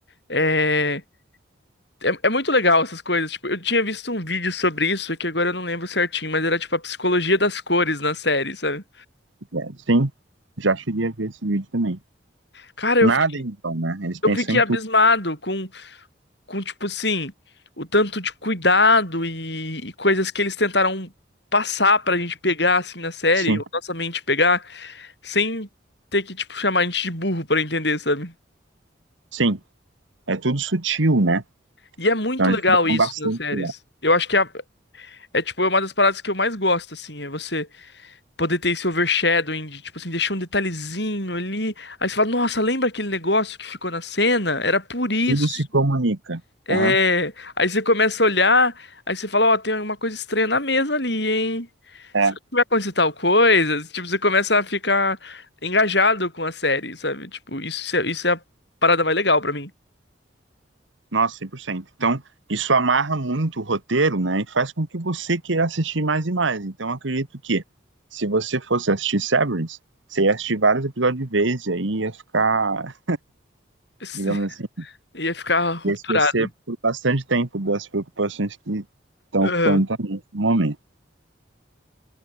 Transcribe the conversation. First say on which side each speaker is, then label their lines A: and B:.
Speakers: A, on the left (about 60°); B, on the right (about 80°).
A: é, é é muito legal essas coisas. Tipo, eu tinha visto um vídeo sobre isso que agora eu não lembro certinho, mas era tipo a psicologia das cores na série, sabe?
B: É, sim, já cheguei a ver esse vídeo também.
A: Cara, eu
B: Nada
A: fiquei,
B: então, né? Eles
A: eu
B: pensam
A: fiquei
B: em
A: abismado
B: tudo.
A: com com, tipo assim, o tanto de cuidado e, e coisas que eles tentaram passar pra gente pegar, assim, na série,
B: Sim,
A: ou nossa mente pegar, sem ter que, tipo, chamar a gente de burro pra entender, sabe?
B: sim. É tudo sutil, né?
A: E é muito
B: Então eles
A: legal
B: dão
A: isso
B: bastante
A: nas séries.
B: cuidado.
A: Eu acho que é, é, tipo, é uma das paradas que eu mais gosto, assim, é você poder ter esse overshadowing, de, tipo assim, deixar um detalhezinho ali, aí você fala, nossa, lembra aquele negócio que ficou na cena? Era por isso.
B: Tudo se comunica.
A: É,
B: Aham.
A: aí você começa a olhar, aí você fala, ó, tem alguma coisa estranha na mesa ali, hein?
B: É.
A: Será que vai acontecer tal coisa? Tipo, você começa a ficar engajado com a série, sabe? Tipo, isso, é- isso é a parada mais legal pra mim.
B: Nossa, cem por cento Então, isso amarra muito o roteiro, né? E faz com que você queira assistir mais e mais. Então, eu acredito que se você fosse assistir Severance, você ia assistir vários episódios de vez e aí ia ficar,
A: <laughs>
B: <laughs> digamos assim,
A: Ia ficar rupturado.
B: ia esquecer por bastante tempo das preocupações que estão
A: Aham.
B: ocupando a mente no momento.